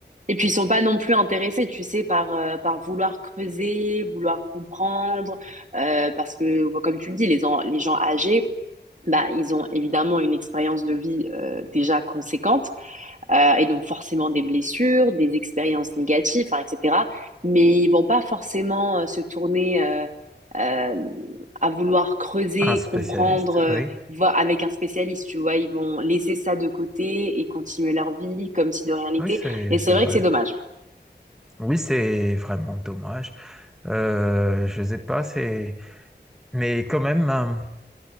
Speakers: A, on the right; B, in the centre.
A: Et puis ils sont pas non plus intéressés, tu sais, par, euh, par vouloir creuser, vouloir comprendre, euh, parce que bon, comme tu le dis, les, en- les gens âgés, bah, ils ont évidemment une expérience de vie euh, déjà conséquente, euh, et donc forcément des blessures, des expériences négatives, hein, etc. Mais ils vont pas forcément euh, se tourner euh, euh, à vouloir creuser,
B: Un spécialiste,
A: comprendre, euh,
B: oui.
A: voir avec un spécialiste, tu vois, ils vont laisser ça de côté et continuer leur vie comme si de rien n'était.
B: Oui, c'est
A: Et c'est
B: c'est
A: vrai
B: vrai.
A: que c'est dommage.
B: Oui, c'est vraiment dommage. Euh, je sais pas, c'est... Mais quand même, hein,